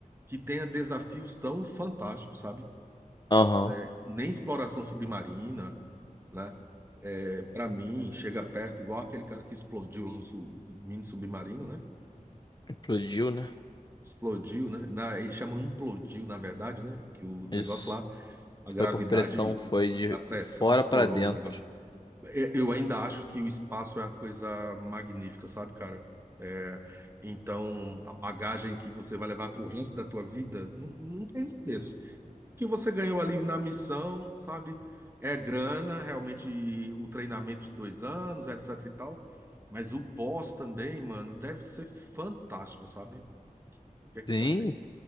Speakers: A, on the right; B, on the left.
A: que tenha desafios tão fantásticos, sabe?
B: Aham.
A: Né? Nem exploração submarina, né? É, para mim, chega perto, igual aquele cara que explodiu lá o, su- o mini submarino, né?
B: Explodiu, né?
A: Explodiu, né? Na, eles chamam implodiu, na verdade, né? Que o negócio
B: Isso.
A: lá, a gravidade,
B: Foi por pressão, foi
A: a pressão
B: de fora
A: estourou
B: pra dentro.
A: o negócio. E- Eu ainda acho que o espaço é uma coisa magnífica, sabe, cara? É, então, a bagagem que você vai levar para o resto da tua vida não, não tem preço, que você ganhou ali na missão, sabe? É grana, realmente o treinamento de dois anos, etc e tal. Mas o pós também, mano, deve ser fantástico, sabe? O que é que
B: Sim.
A: você acha aí?